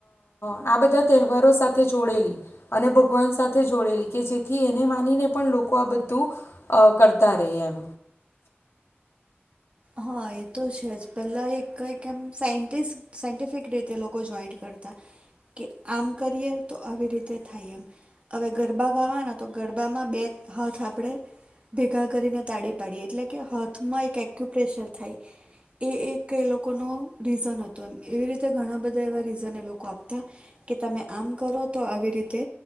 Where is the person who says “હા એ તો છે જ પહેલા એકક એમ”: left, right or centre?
Right